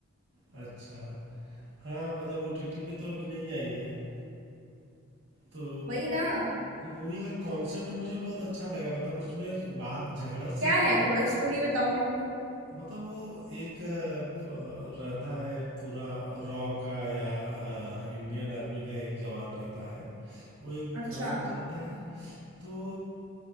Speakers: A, on the right; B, on the right.
A: अच्छा हाँ मतलब ओटीटी पे तो अभी नहीं आई है तो
B: वही ना
A: मूवी का कॉन्सेप्ट मुझे बहुत अच्छा लगा मतलब उसमें बात झगड़ा से
B: क्या
A: भी
B: है थोड़ा स्टोरी बताओ मेरे को
A: मतलब वो एक अ, प- रहता है पूरा रॉ का या अ, इंडियन आर्मी का एक जवान रहता है वो एक
B: अच्छा
A: गांव में जाता है तो